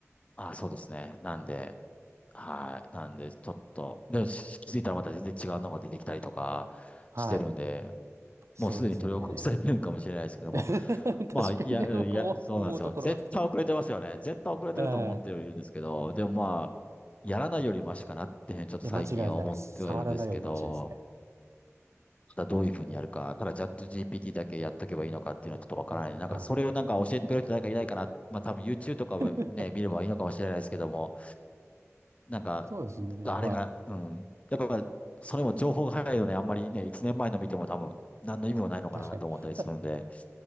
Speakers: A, on the left; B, on the right.
A: あ、そうですね。なんで、はい。なんで、ちょっと、で、し気づいたらまた全然違うのが出てきたりとかしてるんで、
B: はい。そうですよね。
A: もうすでに取り起こされてるんかもしれないですけども、
B: <laughs> 確かに、
A: まあ、いや、うんいや、
B: 僕も思うところはある。
A: そうなんですよ。絶対遅れてますよね。絶対遅れてると思ってはいるんですけど、
B: はい。
A: でもまあ、やらないよりマシかなっていうふうにちょっと最近は思ってはいるんですけど、
B: いや、間違いないです。触らないよりマシですね。
A: まただどういうふうにやるか、ただチャット GPT だけやっとけばいいのかっていうのはちょっとわからない。
B: うんはい。
A: なんかそれをなんか教えてくれる人誰かいないかな。まあ多分 YouTube とかもね、
B: <laughs>
A: 見ればいいのかもしれないですけども、なんか、
B: そうですね。
A: あれが、
B: はい。
A: うん。やっぱ、それも情報が早いので、あんまりね、1年前の見ても多分、何の意味もないのかなと思ったりするんで、
B: 確かに。た